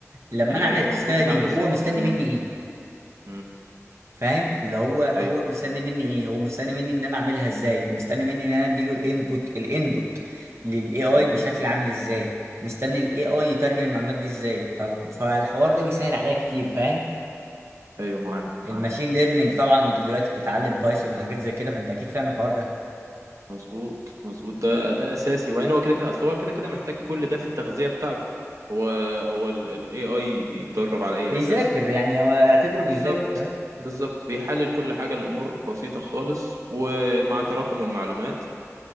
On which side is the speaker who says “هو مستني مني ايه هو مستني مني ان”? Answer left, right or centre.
Right